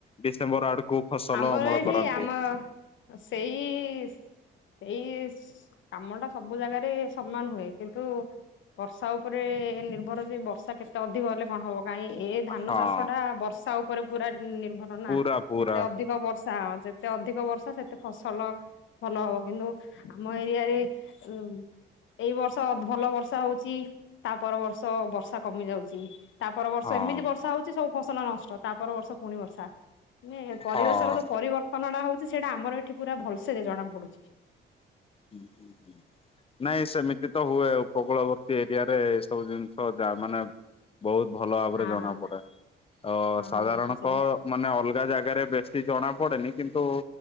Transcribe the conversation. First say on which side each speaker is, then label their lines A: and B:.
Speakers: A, on the left (about 30°); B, on the left (about 75°).
A: ଡିସେମ୍ବର ଆଡକୁ ଫସଲ
B: ଆମର
A: ଅମଳ
B: ଏଠି
A: କରନ୍ତି।
B: ଆମ ସେଇ ଏଇ କାମଟା ସବୁ ଜାଗାରେ ସମାନ ହୁଏ କିନ୍ତୁ ବର୍ଷା ଉପରେ ନିର୍ଭର ଯେ ବର୍ଷା କେତେ ଅଧିକ ହେଲେ କଣ ହବ। ନାଇଁ ଏଇ ଧାନ
A: ହଁ
B: ଚାଷ ଟା ବର୍ଷା ଉପରେ ପୁରା ନିର୍ଭର ନା
A: ପୁରା
B: ଯେତେ
A: ପୁରା
B: ଅଧିକ ବର୍ଷା ଯେତେ ଅଧିକ ବର୍ଷା ସେତେ ଫସଲ ଭଲ ହବ କିନ୍ତୁ ଆମ ଏରିଆରେ ଉ ଏଇ ବର୍ଷ ଭଲ ବର୍ଷା ହଉଛି ତା ପର ବର୍ଷ ବର୍ଷା କମି ଯାଉଛି। ତା ପର ବର୍ଷ
A: ହଁ।
B: ଏମିତି ବର୍ଷା ହଉଛି ସବୁ ଫସଲ ନଷ୍ଟ ତା ପର ବର୍ଷ ପୁଣି ବର୍ଷା। ନ ପରିବେଶର
A: ହଁ
B: ଯୋଉ ପରିବର୍ତ୍ତନ ଟା ହଉଛି ସେଇଟା ଆମର ଏଠି ପୁରା ଭଲସେରେ ଜଣା ପଡୁଛି।
A: ହୁଁ ହୁଁ ହୁଁ। ନାଇଁ ସେମିତି ତ ହୁଏ ଉପକୂଳବର୍ତ୍ତୀ ଏରିଆରେ ଏ ସବୁ ଜିନିଷ ଯା ମାନେ ବହୁତ ଭଲ ଭାବରେ
B: ହଁ।
A: ଜଣା ପଡେ ତ
B: ହଁ
A: ସାଧାରଣତ
B: ପଡୁଛି ସେଇଆ
A: ମାନେ ଅଲଗା ଜାଗାରେ ବେଶୀ ଜଣା ପଡେନି କିନ୍ତୁ